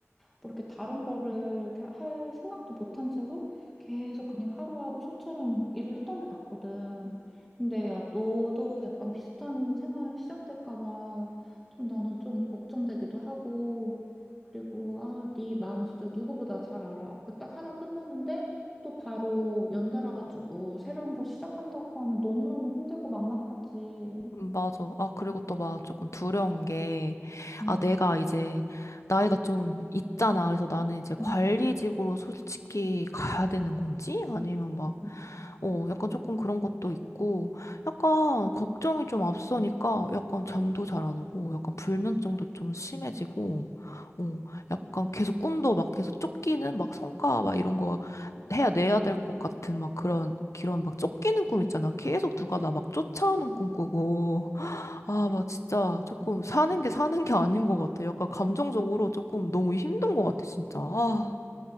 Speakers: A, in the centre; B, on the left.
A: 뭐 이렇게 다른 거를 이렇게 할 생각도 못한 채로 계속 그냥 하루하루 소처럼 일을 했던 것 같거든. 근데 야, 너도 약간 비슷한 생활 시작될까 봐 좀 나는 좀 걱정되기도 하고 그리고 아, 네 마음 진짜 누구보다 잘 알아. 그 딱 하나 끝났는데 또 바로 연달아 가지고 새로운 거 시작한다고 하면 너무너무 힘들고 막막하지.
B: 음, 맞아. 아, 그리고 또 막 조금 두려운 게,
A: 응,
B: 아, 내가 이제 나이가 좀 있잖아. 그래서 나는 이제 관리직으로
A: 응.
B: 솔직히 가야 되는 건지? 아니면 막,
A: 응
B: 어, 약간 조금 그런 것도 있고, 약간 걱정이 좀 앞서니까 약간 잠도 잘 안 오고, 약간 불면증도 좀 심해지고, 어, 약간 계속 꿈도 막 계속 쫓기는 막 성과 막 이런 거 해야 내야 될 것 같은 막 그런, 그런 막 쫓기는 꿈 있잖아. 계속 누가 나 막 쫓아오는 꿈 꾸고. 아, 막 진짜 조금 사는 게 사는 게 아닌 것 같아. 약간 감정적으로 조금 너무 힘든 것 같아, 진짜. 아,